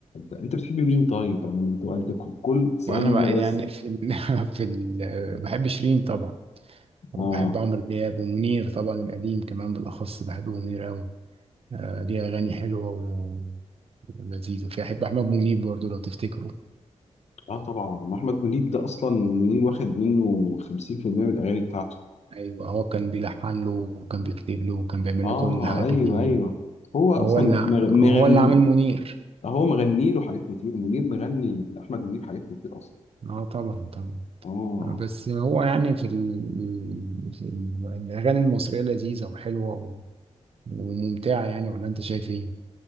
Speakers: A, on the left (about 65°); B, on the right (about 55°).
A: انت بتحب مين طيب انا انت انت كل بتسألني
B: وانا بقى
A: انا بس
B: يعني في ال... <laughs> في ال... بحب شيرين طبعا وبحب
A: اه
B: عمرو دياب ومنير طبعا القديم كمان بالأخص بحب منير أوي آه، ليه أغاني حلوة و- ولذيذة وفي أحب أحمد منيب برضه لو تفتكروا
A: اه طبعا احمد منيب ده اصلا منير واخد منه 50% من الاغاني بتاعته
B: أيوة هو كان بيلحن له وكان بيكتب له وكان بيعمل
A: اه
B: له كل حاجة
A: ايوه
B: كتير
A: ايوه هو اصلا
B: هو اللي
A: مغ- مغني
B: هو اللي عامل منير
A: هو مغني له حاجات كتير منير مغني لاحمد منيب حاجات كتير اصلا
B: اه طبعا طبعا
A: اه
B: آه، بس هو يعني في, ال... في ال- الأغاني المصرية لذيذة وحلوة و... وممتعة يعني ولا أنت شايف إيه؟